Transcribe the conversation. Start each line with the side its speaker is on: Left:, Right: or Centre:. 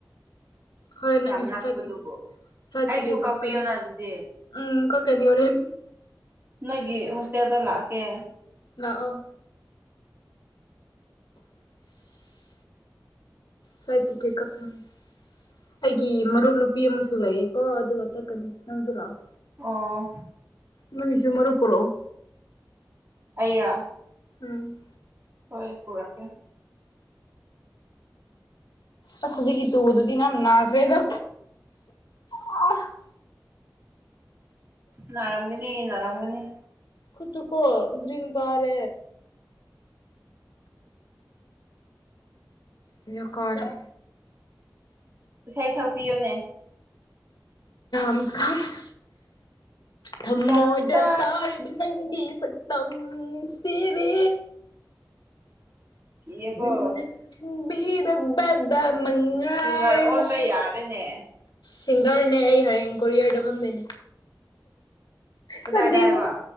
Left: ꯍꯣꯢ ꯅꯪꯒꯤꯁꯨ
Right: ꯌꯥꯝ ꯅꯛꯄꯗꯨꯕꯨ
Left: ꯐ꯭ꯂꯥꯏꯇꯤ ꯐ꯭ꯂꯥꯏ
Right: ꯑꯩꯒꯤꯁꯨ
Left: ꯇꯤꯛꯀꯦꯠ ꯀꯛꯀꯅꯤ
Right: ꯀꯛꯄꯤꯌꯣꯅ ꯑꯗꯨꯗꯤ
Left: ꯎꯝ ꯀꯛꯀꯅꯤ ꯍꯨꯔꯦꯟ
Right: ꯅꯣꯏꯒꯤ ꯍꯣꯁꯇꯦꯜꯗ ꯂꯥꯛꯑꯒꯦ
Left: ꯂꯥꯛꯑꯣ <unintelligible> ꯐꯥꯢꯠ ꯇꯤꯀꯦꯠ ꯀꯛꯀꯅꯤ ꯑꯩꯒꯤ ꯃꯔꯨꯞ ꯅꯨꯄꯤ ꯑꯃꯁꯨ ꯂꯩꯌꯦ ꯀꯣ ꯑꯗꯨꯒ ꯆꯠꯀꯅꯤ ꯅꯪꯁꯨ ꯂꯥꯛꯑꯣ
Right: ꯑꯥꯎ
Left: ꯅꯣꯏꯃꯤꯁꯨꯃꯔ ꯄꯨꯔꯛꯣ
Right: ꯑꯩꯔꯣ
Left: ꯎꯝ
Right: ꯍꯣꯏ ꯄꯨꯔꯛꯒꯦ
Left: ꯑꯁ ꯍꯧꯖꯤꯛꯀꯤ ꯇꯨꯕꯗꯨꯗꯤ ꯌꯥꯝ ꯅꯥꯈ꯭ꯔꯦꯗ ꯈꯨꯠꯁꯨ
Right: ꯅꯥꯔꯝꯒꯅꯤ ꯅꯥꯔꯝꯒꯅꯤ
Left: ꯈꯨꯠꯁꯨꯒꯣ ꯒ꯭ꯔꯤꯟ ꯀꯔꯦ ꯑꯗꯨ ꯀꯔꯦ
Right: ꯢꯁꯩ ꯁꯛꯄꯤꯌꯣꯅꯦ
Left: ꯝ ꯀꯝ <inaudible> ꯊꯝꯃꯣꯏꯗ
Right: ꯗꯥꯝꯆꯥ
Left: ꯇꯥꯔꯤꯕ ꯅꯪꯒꯤ ꯁꯛꯇꯝ ꯅꯨꯡꯁꯤꯕꯤ
Right: ꯀꯤꯌꯦꯀꯣ
Left: ꯅꯪꯅ ꯈꯪꯕꯤꯗꯤꯗꯕ ꯃꯉꯥꯢꯔꯦ
Right: ꯁꯤꯡꯒꯔ ꯑꯣꯟꯕ ꯌꯥꯔꯦꯅꯦ
Left: ꯁꯤꯡꯒꯔꯅꯦ ꯑꯩ ꯍꯌꯦꯡ ꯀꯣꯔꯤꯌꯔꯗ ꯐꯝꯗꯣꯢꯅꯦ
Right: ꯀꯗꯥꯏꯗ
Left: ꯁꯟꯗꯦꯕ
Right: ꯍꯥꯏꯕ